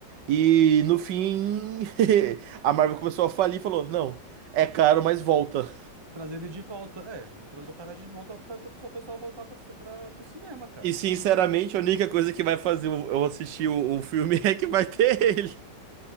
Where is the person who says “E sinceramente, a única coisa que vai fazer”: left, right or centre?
Right